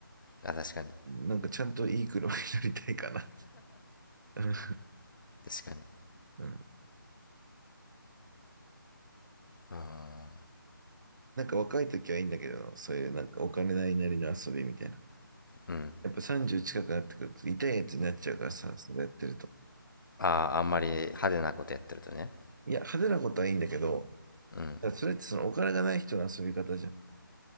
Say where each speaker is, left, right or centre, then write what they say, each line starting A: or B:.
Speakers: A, on the left (about 65°); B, on the right (about 60°).
A: あ、確かに。
B: なんかちゃんといい車に乗りたいかな。<laughs>
A: 確かに。
B: うん。
A: あ
B: なんか若い時はいいんだけど、そういうなんかお金ないなりの遊びみたいな。
A: ーうん。
B: やっぱ30近くなってくると痛いやつになっちゃうからさ、それやってると。
A: ああ、あんまり派手なことやってるとね。
B: いや、派手なことはいいんだけど、
A: うん。
B: だからそれってそのお金がない人の遊び方じゃん。